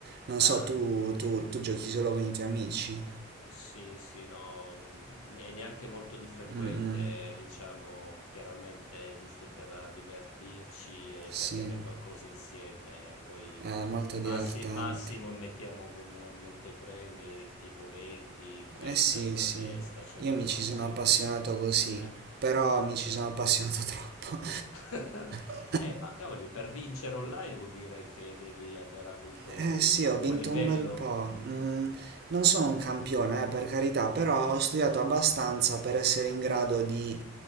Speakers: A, on the right; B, on the left.
A: Non
B: Ah.
A: so, tu, tu- tu giochi solo con i tuoi amici?
B: Sì, sì, no, mh, e neanche molto di frequente,
A: Mm, mm,
B: diciamo, chiaramente giusto per eh, divertirci e
A: sì,
B: per bere qualcosa insieme. Poi
A: è molto
B: massi-
A: divertente.
B: massimo mettiamo come montepremi tipo 20-30
A: Eh sì,
B: euro
A: sì,
B: a testa, c'è
A: io
B: una
A: mi
B: roba
A: ci
B: così.
A: sono appassionato così,
B: Eh,
A: però mi
B: eh.
A: ci sono appassionato troppo.
B: <laughs>
A: <laughs>
B: Eh, ma cavoli, per vincere online vuol dire che devi aver avuto
A: Eh sì,
B: un
A: ho vinto
B: buon livello.
A: un bel po'. Mm, non sono un campione, eh, per carità, però ho studiato abbastanza per essere in grado di,